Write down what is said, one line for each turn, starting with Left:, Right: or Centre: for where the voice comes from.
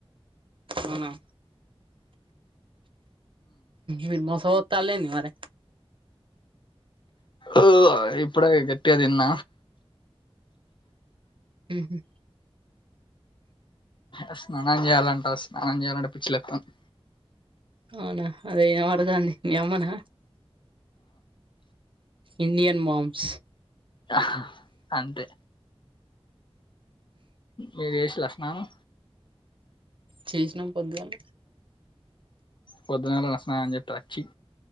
Right: అవునా మీరు మోస పోతాల్లు ఏంది మరి
Left: ఓ ఇప్పుడే గట్టిగా తిన్న
Right: ఉహు
Left: ఉ స్నానం చేయాలంటా స్నానం చేయాలంటే పిచ్చిలేతంది
Right: అవునా అదే ఇన పడుతంది మీ అమ్మనా ఇండియన్ మామ్స్
Left: హ అంతే మీరు చేసిన్ల స్నానం
Right: చేసినాం పొద్దుగాల
Left: పొద్దుగా లానా స్నానం చేతే అచ్చి